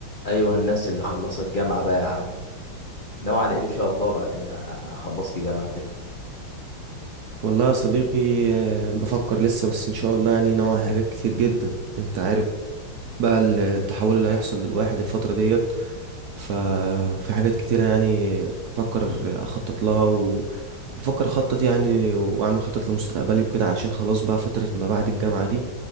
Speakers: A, on the left; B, on the right.
A: ايوه الناس اللي خلصت جامعه بقى يا عم ناوي على إيه ان شاء الله بعد ما خلصت جامعه كده
B: والله يا صديقي آه، بفكر لسه بس ان شاء الله يعني نوع على حاجات كتير جدا انت عارف بقى التحول اللي هيحصل للواحد الفترة ديت ففي حاجات كتيرة يعني بفكر اخطط لها وبفكر اخطط يعني واعمل خطط لمستقبلي وكده علشان خلاص بقى فترة ما بعد الجامعة دي